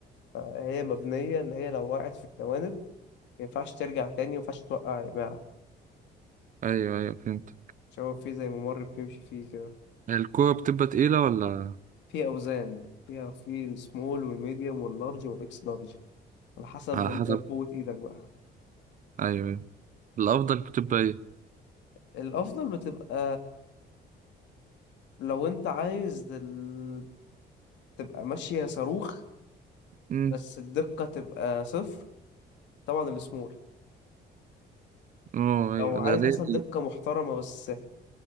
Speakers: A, on the left; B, on the right.
A: هي مبنية إن هي لو وقعت في الجوانب ما ينفعش ترجع تاني وما ينفعش توقع يا جماعة
B: ايوه ايوه فهمت
A: عشان هو في زي ممر بتمشي فيه كده
B: الكورة بتبقى تقيلة ولا
A: في أوزان فيها في السمول والميديوم واللارج والإكس لارج على حسب
B: على
A: أنت
B: حسب
A: قوة إيدك بقى
B: ايوه ايوه الافضل بتبقى
A: الافضل بتبقى لو انت عايز ال... تبقى ماشية صاروخ
B: ايه
A: بس الدقة تبقى صفر طبعا السمول
B: اه ايوه
A: لو عايز
B: ده
A: مثلا
B: دي
A: دقة محترمة بس